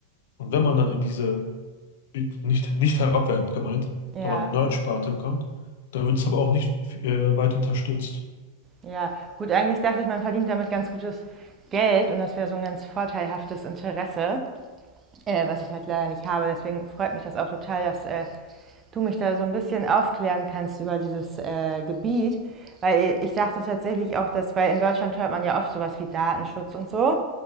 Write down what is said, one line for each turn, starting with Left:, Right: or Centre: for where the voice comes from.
Left: Und wenn man dann in diese, nicht, nicht herabwertend gemeint,
Right: ja.
Left: aber Nerd-Sparte kommt, dann wird es aber auch nicht äh, weit unterstützt.
Right: Ja, gut, eigentlich dachte ich, man verdient damit ganz gutes Geld und das wäre so ein ganz vorteilhaftes Interesse, äh, was ich halt leider nicht habe. Deswegen freut mich das auch total, dass äh, du mich da so ein bisschen aufklären kannst über dieses äh, Gebiet. Weil ich dachte tatsächlich auch, dass, weil in Deutschland hört man ja oft sowas wie Datenschutz und so.